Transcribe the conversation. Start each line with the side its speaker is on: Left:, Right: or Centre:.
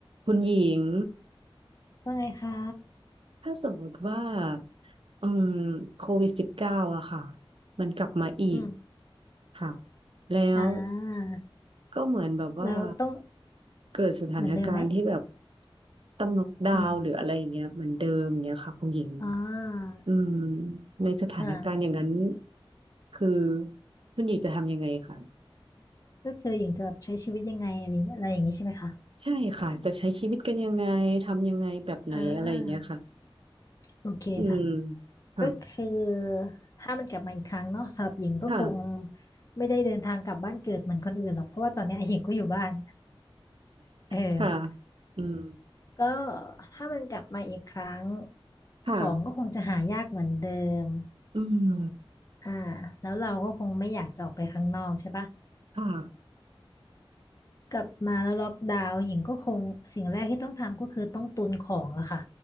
Right: คุณหญิง
Left: ว่าไงคะ
Right: ถ้าสมมติว่าอืมโควิดสิบเก้าอะค่ะมันกลับมาอีก
Left: อืม
Right: ค่ะแล้ว
Left: อ่า
Right: ก็เหมือนแบบว่า
Left: แล้วต้อง
Right: เกิดสถานการณ์ที่แบบ
Left: เหมือนเดิมไหม
Right: ต้องล็อกดาวน์หรืออะไรอย่างเงี้ยเหมือนเดิมอย่างเงี้ยค่ะคุณหญิง
Left: อืมอ่า
Right: อืมในสถานการณ์อย่างนั้น
Left: อ่า
Right: คือคุณหญิงจะทำยังไงค่ะ
Left: ก็คือหญิงจะแบบใช้ชีวิตยังไงอะไรอย่างอะไรอย่างนี้ใช่ไหมคะ
Right: ใช่ค่ะจะใช้ชีวิตกันยังไงทำยังไงแบบไหนอะไรอย่างเงี้ยค่ะ
Left: อ่าโอเคค่ะ
Right: อืมค่ะ
Left: ก็คือถ้ามันกลับมาอีกครั้งเนาะสำหรับหญิงก็คง
Right: ค่ะ
Left: ไม่ได้เดินทางกลับบ้านเกิดเหมือนคนอื่นหรอกเพราะว่าตอนเนี้ยหญิงก็อยู่บ้านเออ
Right: ค่ะอืม
Left: ก็ถ้ามันกลับมาอีกครั้ง
Right: ค่ะ
Left: ของก็คงจะหายากเหมือนเดิม
Right: อืม
Left: อ่าแล้วเราก็คงไม่อยากจะออกไปข้างนอกใช่ปะ
Right: ค่ะ
Left: กลับมาแล้วล็อกดาวน์หญิงก็คงสิ่งแรกที่ต้องทำก็คือต้องตุนของแล้วค่ะ